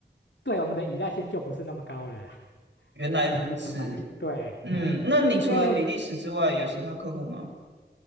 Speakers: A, on the left; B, on the right.
A: 对我们的依赖性就不是那么高了啦。
B: 原来如此，
A: <laughs> 讲的坦白点，对，
B: 嗯，
A: 哎，
B: 那你除了比利时之外，
A: 因为
B: 有其他客户吗？